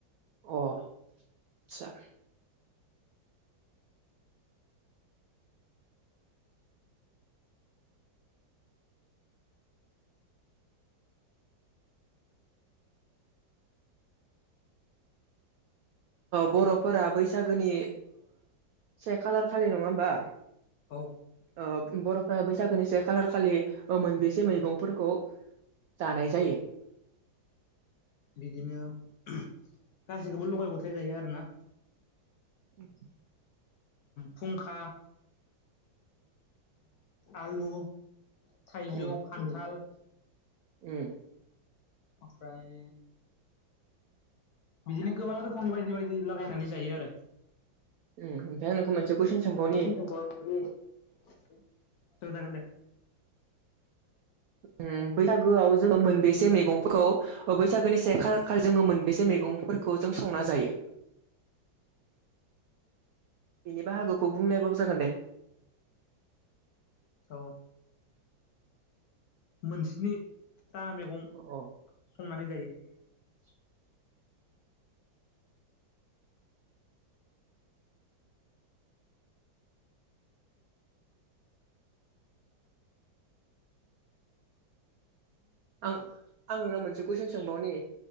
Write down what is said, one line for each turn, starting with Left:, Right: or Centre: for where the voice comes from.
Right: अ आतचा बर'फोरा बैसागोनि से खालार खालि नङा होमबा
Left: औ
Right: ओ बर'फ्रा बैसागोनि से खालार खालि मोनबसे मैगंफोरखौ जानाय जायो
Left: बिदिनो गाससिखौबो लगाय गथाय जायो आरोना।
Right: आ
Left: फुुंखा आलु थाइजौ
Right: उम
Left: खान्थाल
Right: उम।
Left: ओमफ्राय बिदिनो गोबां रोखोमनि बायदि बायदि लागायनानै जायो आरो
Right: उम ओमफ्राय आं नोंखौ मोनसे कुइसन सोंबावनि
Left: <unintelligible> सोजागोन दे
Right: उम बैसागोआव जोङो मोनबेसे मैगंखौ ओ बैसागोनि से खालार खालि जोङो मोनबेसे मैगं मैगंफोरखौ जों संना जायो बेनि बाहागोखौ बुंलायाबाबो जागोन दे
Left: औ मोनस्निथा मैगं
Right: अ अ
Left: संनानै जायो
Right: <inaudible> आं आं नोंनाव मोनसे कुइसन सोंबावनि